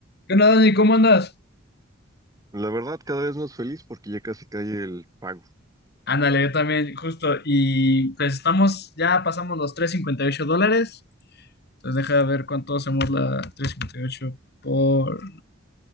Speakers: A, on the left (about 55°); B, on the right (about 20°).
A: ¿Qué onda, Dani? ¿Cómo andas?
B: La verdad, cada vez más feliz porque ya casi cae el pago.
A: Ándale, yo también, justo. Y pues estamos, ya pasamos los trescientos cincuenta y ocho dólares. Entonces deja de ver cuánto hacemos la trescientos cincuenta y ocho por